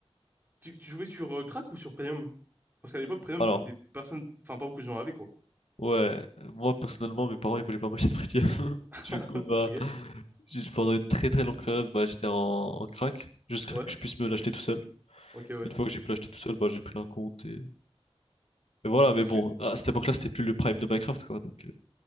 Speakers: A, on the right (about 20°); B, on the left (about 75°).
A: tu, tu jouais sur euh, Crack ou sur Premium? Parce qu'à l'époque, Premium,
B: Alors.
A: c'était personne, enfin pas beaucoup de gens avaient quoi.
B: Ouais, moi personnellement, mes parents ils voulaient pas m'acheter de premium. <laughs>
A: <laughs>
B: Du coup, bah,
A: Ok.
B: j'ai- pendant une très très longue période, bah, j'étais en, en crack, jusqu'à
A: Ouais.
B: que je puisse me l'acheter tout seul.
A: Ok, ouais.
B: Une fois que j'ai pu l'acheter tout seul, bah, j'ai pris un compte et... et voilà.
A: Parce
B: Mais bon,
A: que
B: à cette époque-là, c'était plus le prime de Minecraft, quoi. Donc, euh,